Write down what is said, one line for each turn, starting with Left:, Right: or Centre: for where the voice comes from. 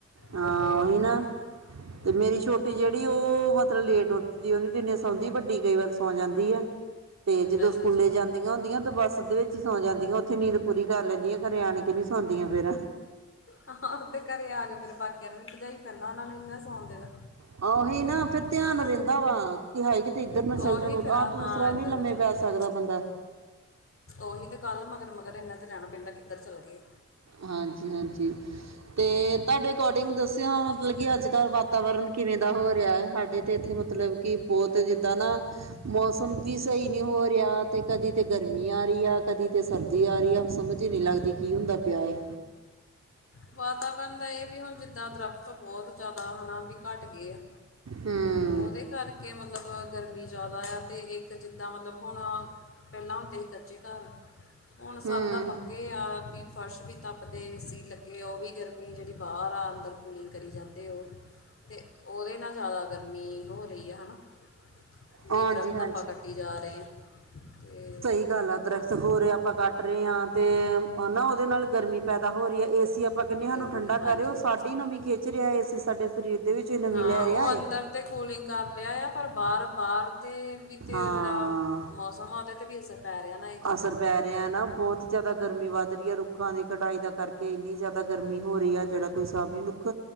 Right: ਹਾਂ
Left: ਅਤੇ ਫਿਰ
Right: ਉਹੀ
Left: ਉਹਨੇ
Right: ਨਾ। ਤੇ ਮੇਰੀ ਛੋਟੀ ਜਿਹੜੀ ਉਹ ਮਤਲਬ ਲੇਟ ਉਹ ਨਹੀਂ ਦਿਨੇ ਸੌਂਦੀ ਵੱਡੀ ਕਈ ਵਾਰ ਸੌਂ ਜਾਂਦੀ ਹੈ, ਤੇ ਜਦੋਂ
Left: ਅੱਛਾ
Right: ਸਕੂਲੇ
Left: ਅੱਛਾ
Right: ਜਾਂ ਆਂਦੀਆਂ ਹੁੰਦੀਆਂ ਬੱਸ ਦੇ ਵਿੱਚ ਸੌ ਜਾਂਦੀਆਂ ਉੱਥੇ ਨੀਂਦ ਪੂਰੀ ਕਰ ਲੈਂਦੀਆਂ। ਘਰੇ ਆਣ ਕੇ ਨੀ ਸੌਉਂਦੀਆਂ ਫੇਰ
Left: ਆਹੋ ਤੇ ਘਰੇ ਆ ਗ ਫੇਰੇ ਬਾਕੀਆਂ ਨੂੰ ਵੀ ਭਜਾਈ ਫਿਰਨਾ ਉਹਨਾਂ ਨੂੰ ਵਿਨਾ ਸੌਣ ਦੇਣਾ।
Right: ਉ ਓਹੀ ਨਾ ਫੇਰ ਧਿਆਨ ਰਹਿੰਦਾ ਵਾ। ਏ ਕਿਤੇ ਇੱਧਰ ਨਾ ਚੱਲ
Left: ਉਹੀ
Right: ਜਾਣ
Left: ਫਿਰ
Right: ਆਹ
Left: ਹਾਂ
Right: ਦੂਸਰਾ ਵੀ
Left: ਇੱਧਰ
Right: ਨੀ ਲੰਮੇ
Left: ਨਾ ਚੱਲ
Right: ਪੈ
Left: ਜਾਣਾ
Right: ਸਕਦਾ ਬੰਦਾ।
Left: ਉਹੀ ਤੇ ਗੱਲ। ਮਗਰ-ਮਗਰ ਇਹਨਾਂ ਤੇ ਰਹਿਣਾ ਪੈਂਦਾ। ਕਿੱਧਰ ਚੱਲ ਗਏ?
Right: ਹਾਂਜੀ, ਹਾਂਜੀ। ਅਤੇ ਤੁਹਾਡੇ ਅਕੋਡਿੰਗ ਦੱਸਿਆ, ਮਤਲਬ ਕਿ ਅੱਜ-ਕੱਲ੍ਹ ਵਾਤਾਵਰਨ। ਕਿਵੇਂ ਦਾ ਹੋ ਰਿਹਾ ਹੈ? ਸਾਡੇ ਤਾਂ ਇੱਥੇ ਮਤਲਬ ਕਿ ਬੋਤ, ਜਿੱਦਾਂ ਨਾ ਮੌਸਮ। ਵੀ ਸਹੀ ਨਹੀਂ ਹੋ ਰਿਹਾ। ਕਦੀ ਤੇ ਗਰਮੀ ਆ ਰਹੀ ਆ, ਕਦੀ ਤੇ ਸਰਦੀ ਆ ਰਹੀ ਆ। ਸਮਝ ਹੀ ਨਹੀਂ ਲੱਗਦੀ ਕੀ ਹੁੰਦਾ। ਪਿਆਏ
Left: ਵਾਤਾਵਰਨ ਦਾ ਇਹ ਵੀ ਹੁਣ, ਜਿੱਦਾਂ ਦਰੱਖਤ ਬਹੁਤ ਜਾਦਾ ਹੈ ਨਾ, ਵੀ ਘੱਟ ਗਏ ਆ।
Right: ਹੂੰ।
Left: ਉਹਦੇ ਕਰਕੇ, ਮਤਲਬ ਗਰਮੀ ਜ਼ਿਆਦਾ ਆ। ਅਤੇ ਇੱਕ ਜਿੱਦਾਂ, ਮਤਲਬ ਹੁਣ। ਪਹਿਲਾਂ ਹੁੰਦੇ ਸੀ ਕੱਚੇ ਘਰ। ਹੁਣ ਸਭ
Right: ਹੂੰ
Left: ਤਾਂ ਪੱਕੇ ਆ। ਵੀ ਫਰਸ਼ ਵੀ ਤੱਪਦੇ ਸੀ, ਲੱ ਕਿ ਉਹ ਵੀ ਗਰਮੀ ਜਿਹੜੀ ਬਾਹਰ ਆ, ਅੰਦਰ ਕੂਲਿੰਗ ਕਰੀ ਜਾਂਦੇ ਉਹ। ਤੇ ਉਹਦੇ ਨਾਲ ਜ਼ਿਆਦਾ ਗਰਮੀ ਹੋ ਰਹੀ ਹੈ ਹਨਾ। ਵੀ
Right: ਹਾਂਜੀ
Left: ਦਰਖਤ
Right: ਹਾਂਜੀ
Left: ਆਪਾਂ ਕੱਟੀ ਜਾ ਰਹੇ ਹਾਂ ਆ ਤੇ
Right: ਜਿਆਦਾ ਦਰਖਤ ਸਗੋਂ ਆਪਾਂ ਕੱਟ ਰਹੇ ਹਾਂ ਤੇ ਨਾ ਉਹਦੇ ਨਾਲ ਗਰਮੀ ਪੈਦਾ ਹੋ ਰਹੀ ਹੈ। ਇਸ ਅਸੀਂ ਆਪਾਂ ਕਹਿੰਦੇ ਹ ਸਾਨੂੰ
Left: ਗਰਮੀ
Right: ਠੰਡਾ
Left: ਹਾਂਜੀ
Right: ਕਰ ਰਹੇ ਹੋ ਸਾਡੀ ਨਵੀਂ ਖਿੱਚ ਰਿਹਾ ਹੈ, ਅਸੀਂ ਸਾਡੇ ਸਰੀਰ ਦੇ ਵਿੱਚ ਹੀ ਨਵੀਂ
Left: ਹਾਂ
Right: ਲੈ ਰਿਹਾ
Left: ਉਹ
Right: ਹੈ।
Left: ਅੰਦਰ ਤੇ ਕੁਲਿੰਗ ਕਰ ਲਿਆ ਆ ਪਰ ਬਾਹਰ, ਬਾਹਰ ਦੇ ਵੀ ਤੇ
Right: ਹਾਂ
Left: ਉਹ ਜਿਹੜਾ ਮੌਸਮ ਉਹਦੇ ਤੇ ਵੀ ਅਸਰ ਪੈ ਰਿਹਾ। ਨਾ ਇਹ ਚੀਜ਼ਾਂ
Right: ਅਸਰ
Left: ਦਾ
Right: ਪੈ ਰਿਹਾ ਨਾ ਬਹੁਤ ਜਿਆਦਾ ਗਰਮੀ ਵੱਧ ਰਹੀ ਹੈ, ਰੁੱਖਾਂ ਦੀ ਕਟਾਈ ਦਾ ਕਰਕੇ ਇੰਨੀ ਜ਼ਿਆਦਾ ਗਰਮੀ ਹੋ ਰਹੀ ਹੈ ਜਿਹੜਾ ਕੋਈ ਹਿਸਾਬ ਨਹੀਂ ਰੁੱਖ